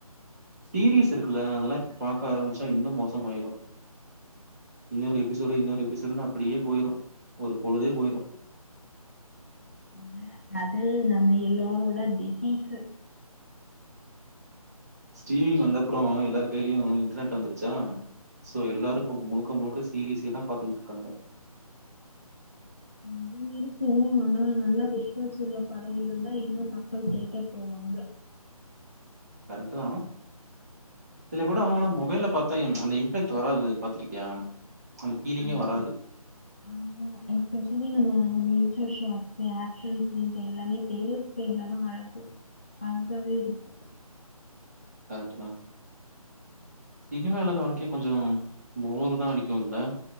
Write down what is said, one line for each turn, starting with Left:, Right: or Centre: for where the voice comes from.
Right: சீரியஸ் இருக்குல்ல அதெல்லா பாக்க ஆரம்பிச்சா இன்னு மோச ஆயிரு இன்னொரு எபிசோடு இன்னொரு எபிசோடுன்னு அப்பிடியே போயிரு ஒரு பொழுதே போயிரு
Left: ஆனா அது நம்ம எல்லாரோட டிசீஸு
Right: ஸ்டீமிங் வந்தப்பறோ எல்லாரு கையிலயு இன்டர்நெட் வந்துருச்சா சோ
Left: ம்
Right: எல்லாரு இப்போ முழுக்க முழுக்க சீரீஸேதா பாத்துக்கிட் இருக்காங்க
Left: கொஞ்சம் இருக்கு ஆனா நல்லா விஷுவல்ஸ் உள்ள படோ இருந்தா இன்னு மக்கள் தேட்டர் போவாங்க
Right: கரெட்டுதா சில படோ ஆனா மொபைல்ல பாத்தா ம்ச் அந்த இம்பேக்ட் வராது பாத்திருக்கியா அந்த ஃபீலிங்கே
Left: ஆ
Right: வராது
Left: ஆ ஆமா இப்ப சொன்னிங்கள்ள நீ <unintelligible> ஷாட்ஸ் ஆக்சன் சீன்ஸ் எல்லாமே பெரிய ஸ்கிரீன்லதா அழகு அழ்கவே இருக்கு
Right: கரெக்ட்டு தா சினிமாலருந்த வாழ்க்கையே கொஞ்சோ போருதா அடிக்கு இல்ல